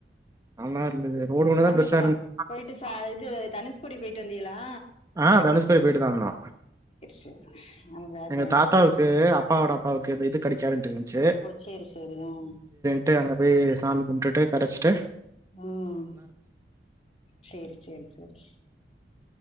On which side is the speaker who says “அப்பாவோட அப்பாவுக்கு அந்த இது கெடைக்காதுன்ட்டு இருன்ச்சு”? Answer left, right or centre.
Right